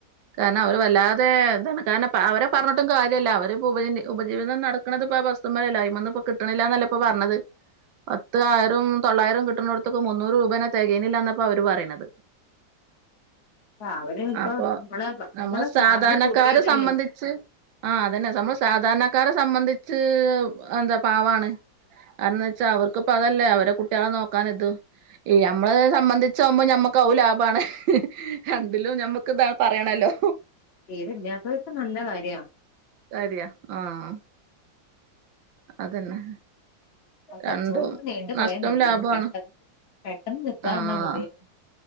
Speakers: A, on the right; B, on the left.
A: കാരണം അവര് വല്ലാതെ എന്താണ് കാരണം പറഞ്ഞിട്ടും കാര്യമല്ല അവര്പ്പോ ഉപജ ഉപജീവനം നടക്കണത് ഇപ്പോ ആ വസ്സ്മ്മലല്ലെ അയ്മന്ന് ഇപ്പ കിട്ടിണില്ല എന്നല്ല ഇപ്പൊ പറഞ്ഞത് പത്ത് ആയിരം തൊള്ളായിരം കിട്ടുന്നേട്ത്തക്ക് മുന്നൂറ് രൂപേനെ തെകേനില്ലാന്നപ്പോ അവര് പറയുന്നത്
B: അവര് ഇപ്പൊ
A: അപ്പൊ
B: നമ്മളെ നമ്മളെ
A: നമ്മൾ സാധാരണക്കാരെ
B: ചാർജ് കൂട്ടിയതല്ലേ
A: സംബന്ധിച്ച് ആഹ് അതന്നെ നമ്മള് സാധാരണക്കാരെ സംബന്ധിച്ച് ആ എന്താ പാവാണ് കാരണംന്ന് വെച്ചാ അവർക്ക്പ്പ അതല്ലേ അവരെ കുട്ടികളെ നോക്കാൻ ഇത് ഞമ്മള് സംബന്ധിച്ചാവുമ്പോ ഞമ്മക്കകു ലാഭാണ് രണ്ടിലും ഞമ്മക്ക് ഇതാണ് പറയണല്ലോ
B: തീരെല്ലാത്തോര്ക്ക് നല്ല കാര്യാ
A: അറിയാ ആഹ് അതന്നെ
B: കൊർച്ചുകൂടി
A: രണ്ടും
B: നീണ്ടു
A: നഷ്ടം
B: പോയാൽ മതിയായ്നു
A: ലാഭമാണ്
B: പെട്ടെന്ന് പെട്ടെന്ന് നിർത്താന്നാ
A: ആഹ്
B: മതിയാരു